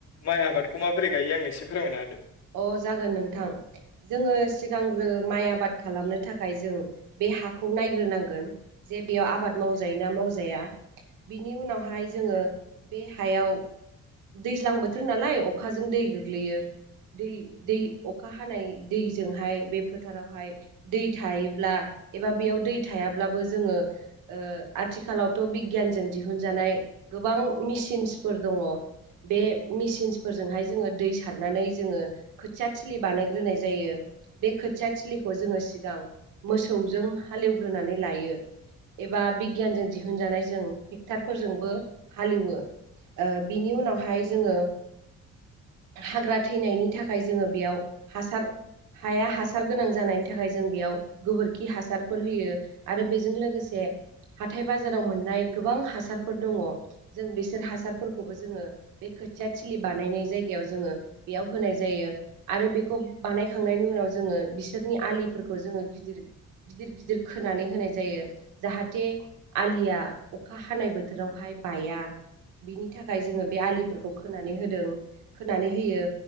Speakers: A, on the left; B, on the right.
A: माइ आबादखौ माबोरै गायो आंनो एसे फोरमायना होदो।
B: अ जागोन नोंथां। जोङो सिगांग्रो माइ आबाद खालामनो थाखाय जों बे हाखौ नायग्रोनांगोन जे बेयाव आबाद मावजायोना मावजाया बिनि उनावहाय जोङो बे हायाव दैज्लां बोथोर नालाय अखाजों दै गोग्लैयो। दै दै अखा हानाय दैजोंहाय बे फोथारावहाय दै थायोब्ला एबा बेयाव दै थायाब्लाबो जोङो ओ आथिखालावथ' बिगियानजों दिहुनजानाय गोबां मेसिनसफोर दङ'। बे मेसिनसफोरजोंहाय जोङो दै सारनानै जोङो खोथिया थिलि बानायग्रोनाय जायो। बे खोथिया थिलिखौ जोङो सिगां मोसौजों हालेवग्रोनानै लायो। एबा बिगियानजों दिहुनजानाय जों ट्रेक्टरफोरजोंबो हालएवो। ओ बिनि उनावहाय जोङो हाग्रा थैनायनि थाखाय खाय जोङो बेयाव हासार हाया हासार गोनां जानायनि थाखाय जों बेयाव गोबोरखि खि हासारफोर होयो। आरो बेजों लोगोसे हाथाय बाजाराव मोननाय गोबां हासारफोर दङ' जों बिसोर हासारफोरखौबो जोङो बे खोथिया थिलि बानायनाय जायगायाव जोङो बेयाव होनाय जायो आरो बेखौ बानाय खांनायनि उनाव जोङो बिसोरनि आलिफोरखौ जोङो गिदिर गिदिर गिदिर खोनानै होनाय जायो। जाहाथे आलिया अखा हानाय बोथोरावहाय बाया। बिनि थाखाय जोङो बे आलिफोरखौ खोनानै होदों, खोनानै होयो।